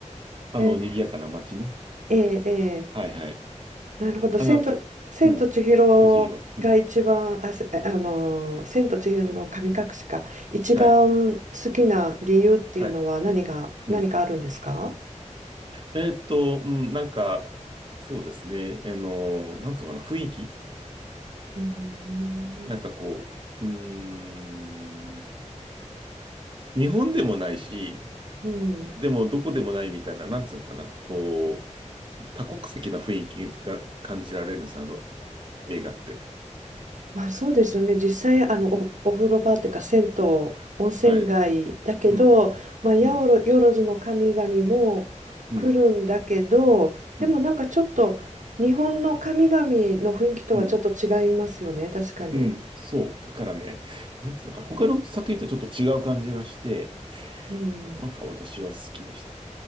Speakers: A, on the right (about 40°); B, on the right (about 75°).
A: あの、賑やかな街ね。
B: え、ええ、ええ、
A: はいはい。
B: なるほど。
A: あの、
B: 千と、
A: け、
B: 千と千尋が一番、
A: うん。敏弘。うん。
B: あ、せあの千と千尋の神隠しか、一番好きな理由っていうのは何が、
A: はい。はい。うん。
B: 何かあるんですか
A: えーっと、うん、なんか、そうですね。あの、なんていうのかな、雰囲気
B: うん。
A: なんかこう、うーん。日本でもないし、
B: うん
A: でもどこでもないみたいな、なんていうのかな、こう、多国籍な雰囲気が感じられるんです、あの映画って。
B: まあそうですよね。実際、あの、
A: うん。
B: お、お風呂場というか、銭湯、温泉街だけど、
A: はい。うん。
B: まあ、やおろ、
A: うん。
B: よろずの神々も来るんだけど、
A: うん。
B: でもなんかちょっと、
A: うん。
B: 日本の神々の雰囲気とはちょっと違いますよね、
A: うん。
B: 確かに。
A: うん。そう。だからね、なんつうのかな。他の作品とちょっと違う感じがして、
B: うん。
A: なんか私は好きでしたね。